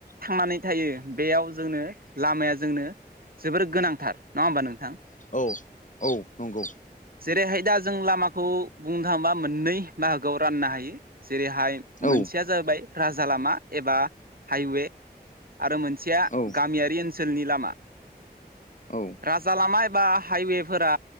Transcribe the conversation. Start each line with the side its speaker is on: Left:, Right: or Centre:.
Right: थांनानै थायो बेयाव जोंनो लामाया जोंनो जोबोर गोनांथार नङा होमबा नोंथां
Left: औ औ नंगौ
Right: जेरैहाय दा जों लामाखौ बुंनो थाङोबा मोननै बाहागोआव राननो हायो जेरैहाय
Left: औ
Right: मोनसेया जाबाय राजा लामा एबा हाइवे आरो मोनसे मोनसेआ
Left: औ
Right: गामियारि ओनसोलनि लामा
Left: औ
Right: राजा लामा एबा हाइवेफोरा